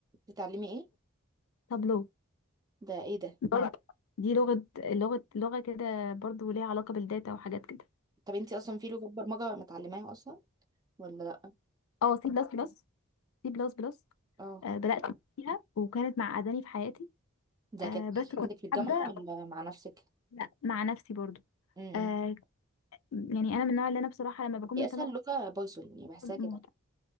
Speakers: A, on the right; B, on the left.
A: بتتعلمي ايه
B: طابلو
A: ده ايه ده
B: برضو دي لغة لغة لغة كده برضو ليها علاقة بالداتا وحاجات كده
A: طب انت اصلا في لغه برمجه متعلماها اصلا ولا لا
B: اه سي بلس بلس سي بلس بلس
A: اه
B: بدأت فيها وكانت معقداني في حياتي
A: ده
B: آه
A: كانت
B: بس كنت
A: عندك في الجامعه
B: حابة
A: ولا مع نفسك
B: لا مع نفسي برضو
A: امم
B: آه يعني أنا من النوع اللي أنا بصراحة لما بكون
A: هي
B: مهتمة
A: اسهل لغه بايثون يعني بحسها
B: مهتمة
A: كده